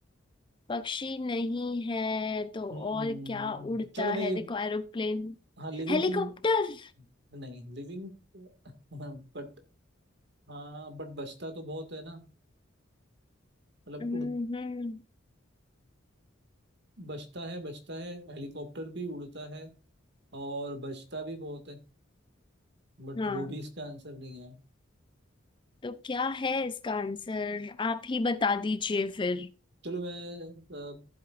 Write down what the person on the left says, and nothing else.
पक्षी नहीं है तो
और क्या उड़ता
है
देखो एरोप्लेन
हेलीकॉप्टर
हम्म
हाँ
तो क्या है इसका आंसर आप ही बता दीजिए फिर